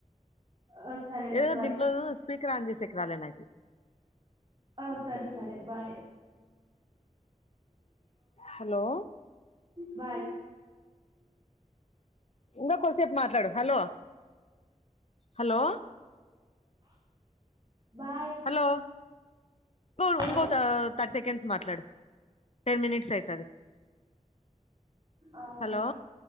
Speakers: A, on the right; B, on the left.
A: ఆ సరేలే
B: ఏదో
A: బాయ్
B: దీంట్లో స్పీకర్ ఆన్ చేసేకి రాలే నాకి
A: ఆ సరే సరే బాయ్
B: హలో
A: బా
B: ఇంకా కొసేపు మాట్లాడు హలో హలో
A: బా
B: హలో ఇ
A: హలో
B: ఇంకో థర్టీ సెకండ్స్ మాట్లాడు టెన్ మినిట్స్ అవుతుంది
A: అవునా
B: హలో